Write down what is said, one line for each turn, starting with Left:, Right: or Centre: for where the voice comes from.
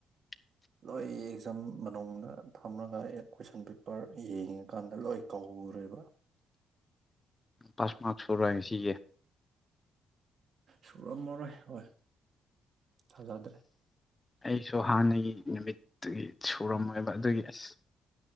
Left: <inaudible>
Right: ꯅꯣꯏ ꯑꯦꯛꯖꯥꯝ ꯃꯅꯨꯡꯗ ꯊꯝꯃꯒ ꯀꯣꯏꯁꯟ ꯄꯦꯄꯔ ꯌꯦꯡꯉꯀꯥꯟꯗ ꯂꯣꯏ ꯀꯧꯔꯦꯕ
Left: ꯄꯥꯁ <unintelligible> ꯁꯤꯒꯤ
Right: ꯁꯨꯔꯝꯃꯔꯣꯏ ꯍꯣꯏ ꯊꯥꯖꯗꯦ
Left: ꯑꯩꯁꯨ ꯍꯥꯟꯅꯒꯤ ꯅꯨꯃꯤꯠꯇꯨꯒꯤ ꯁꯨꯔꯝꯃꯣꯏꯕ ꯑꯗꯨꯒꯤ ꯑꯁ